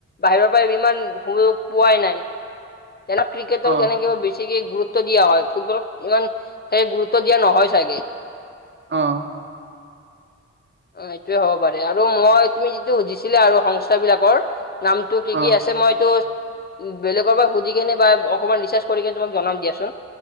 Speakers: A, on the left; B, on the right.
A: বাহিৰৰ পৰা ইমান সুযোগ পোৱাই নাই। তেনে ক্ৰিকেতটৰ
B: অ
A: যেনে বেছিকে গুৰুত্ব দিয়া হয়। ফুটবলক ইমান চাগে গুৰুত্ব দিয়া নহয় চাগে।
B: অ'।
A: অ', এইটোয়ে হ'ব পাৰে, আৰু মই তুমি যিটো সুধিছিলা আৰু সংস্থা বিলাকৰ নামটো কি
B: অ
A: কি আছে মইতো এইটো বেলেগৰ পৰা সুধি কেনে বা অকণমান ৰিচাৰ্জ কৰি কিনে তোমাক জনাম দিয়াচোন।